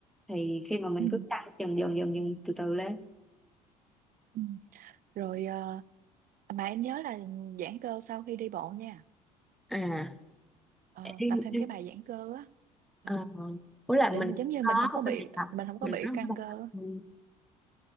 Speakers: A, in the centre; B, on the right.
A: Thì khi mà mình
B: Ừ.
A: cứ tăng dần dần dần dần từ từ lên.
B: Ừ. rồi ờ, mà em nhớ là giãn cơ sau khi đi bộ nha.
A: À,
B: Ờ,
A: Em-
B: tập thêm cái bài giãn cơ á. Ừ,
A: Ờ, ủa là
B: để
A: mình
B: mình giống như
A: có
B: mình không có
A: một
B: bị
A: cái bài tập
B: mình không có
A: mình
B: bị
A: có một
B: căng
A: cái bài
B: cơ
A: tập
B: á.
A: ừ.